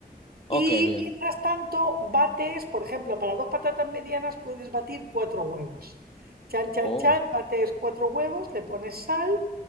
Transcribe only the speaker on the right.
y
mientras tanto, bates, por ejemplo, para dos patatas medianas puedes batir cuatro huevos. Chan, chan,
chan, bates cuatro huevos, le pones sal